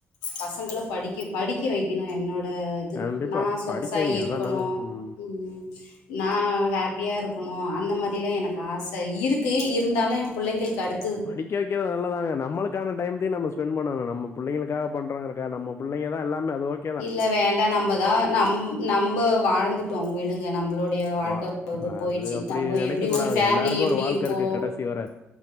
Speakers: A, on the left (about 80°); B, on the left (about 45°).
A: பசங்கள படிக்க படிக்க வைக்குணு என்னோட டது
B: கண்டிப்பா
A: நா சொகுசாயிருக்கொணு
B: படிக்க வைங்க அதான் நல்லது. ம்.
A: உம் நான் ஹேப்பியா இருக்குணு அந்த மாதில்லா எனக்கு ஆசை இருக்கு இருந்தாலு என் புள்ளைங்களுக்கு அடுத்
B: படிக்க வெக்கிறது நல்லதாங்க நம்மளுக்கான டைம்தே நம்ம ஸ் ஸ்பெண் பண்ணணு நம்ம பிள்ளைளுக்காக பண்றங்கரக்க நம்ம புள்ளைங்கதா எல்லாமே அது ஓக்
A: இல்ல வேண்டா நம்பதா நம் நம்ப வாழ்ந்துட்டோ விடுங்க நம்ப்ளுடைய வாழ்க்க
B: வா
A: வந்து போய்டுச்சு
B: அது அப்படி
A: நம்ப
B: நெனைக்கக்
A: எப்டி
B: கூடாதுங்க.
A: ஒரு ஃபேம்லி
B: எல்லாருக்கும்
A: எப்டி
B: ஒரு வாழ்க்கை
A: இருக்கோ
B: இருக்கு கடைசி வர.